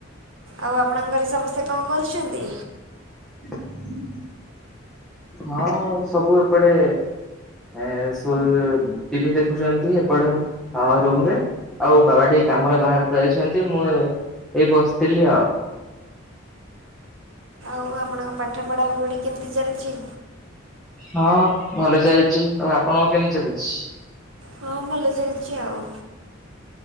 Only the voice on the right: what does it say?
ଆଉ ଆପଣ ଘରେ ସମସ୍ତେ କଣ କରୁଛନ୍ତି।
ଆଉ ଆପଣଙ୍କ ପାଠ ପଢ଼ା ପଢ଼ି କେମିତି ଚାଲିଛି।
ହଁ ଭଲ ଚଲ୍ଚି ଆଉ